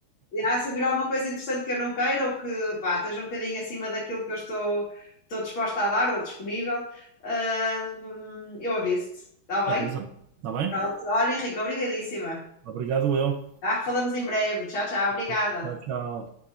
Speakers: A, on the left; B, on the right.
A: Já se vir alguma coisa interessante que eu não queira ou que pá, esteja um bocadinho acima daquilo que eu estou, estou disposta a dar ou disponível, ah, hum, eu aviso-te, está bem?
B: Avisa. Está bem?
A: Pronto. Olha, Henrique, obrigadíssima.
B: Obrigado, eu.
A: Tá? Falamos em breve. Tchau, tchau, obrigada.
B: E Tchau, tchau.